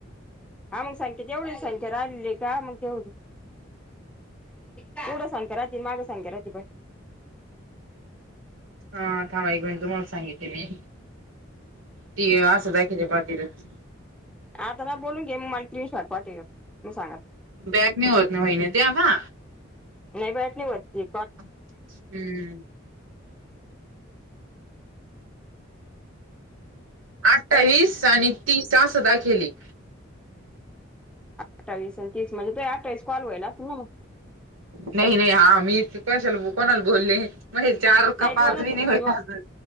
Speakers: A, in the centre; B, on the right.
A: हा मग संख्यात तेवढीच संख्या राहिली का मग तेवढी पुढं संख्या राह माग संख्या राहती प
B: हा थांबा एक मिनट तुम्हाला सांगितली मी ती असं दाखविते पा तिथं
A: आता ना बोलून घे मग मला स्क्रीन शॉट पाठव एक मी सांग
B: बॅग नाही होत नाही वहिने ते आता
A: नाही बॅक नाही होत ते
B: हम्म अठ्ठावीस
A: काय
B: आणि तिस असं दाखविले
A: अठ्ठवीस आणि तीस म्हणज ते अठ्ठवीस कॉल होय असल ना मग
B: नाही, नाही हा मी कशाला कोणाला बोलले चार का पाच
A: दोनच
B: नाही
A: दो
B: अजून